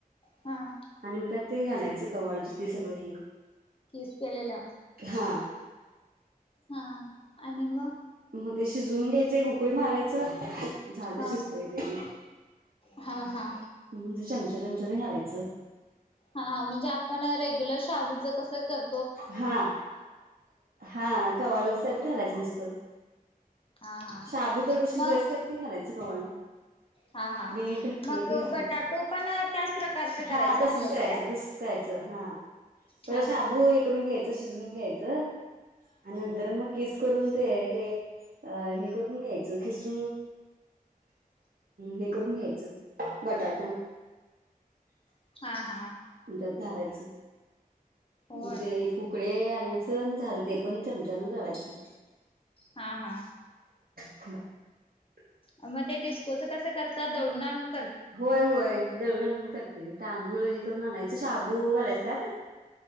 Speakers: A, on the left; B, on the right.
A: हां.
B: आणि मग त्यात ते घालायचं कवाळूच ते सगळं हे.
A: खीस केलेला
B: हा
A: हां आणि मग
B: मग ते शिजवून घ्यायचेय उकळी मारायच च झालं
A: हा
B: शिजतंय ते घे
A: हा हा
B: म्हणजे चम त्या चमचाने घालायचं.
A: हा हा म्हणजे आप पण रेग्युलर शाबूचं कसं कर
B: हा हा कवाळूच घालायचं नुसतं,
A: हा हा
B: शाबू तेवढ शिजयसतत
A: मग
B: ते घालायचं कवाळू.
A: हा हा
B: मीठ
A: मग
B: हे ते घालायचं
A: बटाटू पण त्याच प्रकारचे करायच
B: हा
A: घालायच
B: तसच करायचं
A: काय?
B: तसच करायचं हा पहिला
A: हा
B: शाबू
A: हा.
B: हे करून घ्यायचं शिजून घ्याय चं आ नंतर मग खीस करून ते हे अ हे करून घ्यायचं खिसून हे करून घ्यायचं बटाटू
A: हा हा हा.
B: त्यात घालायचं.
A: होय
B: उ ते कुकळे अन यायच अन झाल ते पण चमचान घालायचं
A: हा हा.
B: <unintelligible>
A: अन मग ते डिस्कोचं कस करत ता दळून आणू
B: होय होय. दळून आणून कर ते तांदूळ हे करून आणायचं, शाबू घालायचं त्यात.